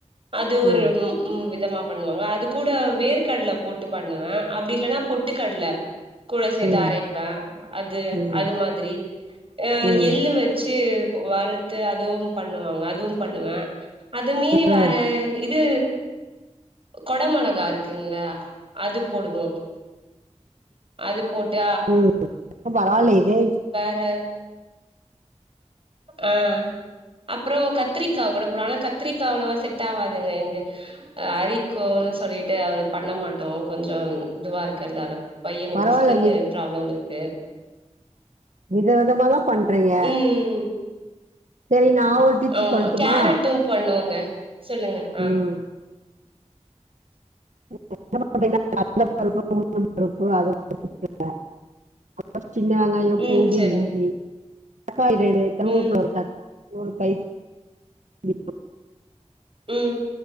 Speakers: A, on the right (about 50°); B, on the right (about 90°).
A: அது ஒரு
B: ஆ
A: ம் ம் விதமா பண்ணுவாங்க அது கூட வேர்கடல போட்டு பண்ணுவே அப்படி இல்லைன்னா பொட்டுக்கடலை கூட சேர்த்து
B: ம்
A: அரைப்பே அது
B: ம்
A: அது மாதிரி ஆ
B: ம்
A: எள்ள வச்சு வறுத்து அதுவும் பண்ணுவாங்க அதுவும் பண்ணுவ அது மீறி
B: ஆ
A: வேற இது கொட மொளகா இருக்குங்களா அது போடுவோ அது போட்டு
B: உம் பரவால்ல இதே
A: ஆ ஆ அப்பகத்திரிக்காய் கூட போம் ஆனா கத்திரிக்காய் அவ்வா செட் ஆவாதுங்க இங்க அரி கோலு சொல்லிட்டு அவரு பண்ண மாட்டோ கொஞ்சோ இதுவா இருக்கறதால பையனுக்கு
B: பரவால்ல
A: ஸ்கின்னு பராப்ளம் இருக்கு
B: விதவிதமா தா பண்றீங்க
A: ம்
B: சரி நா ஒரு டிப்ஸ்
A: ஆமா
B: சொல்லட்டுமா
A: கேரட்டு பண்ணுவங்க சொல்லுங்க ஆ
B: ம் பருப்புனு பாத்தீங்கனா கடலபருப்பு உளுந்தம் பருப்பு அது <unintelligible> சின்ன வெங்காயோ
A: ம்
B: பூண்டு
A: சரிங்
B: இஞ்சி காய்கறி கருவோப்ல
A: ம்
B: இருக்கா ஒரு கை பிடி
A: உம்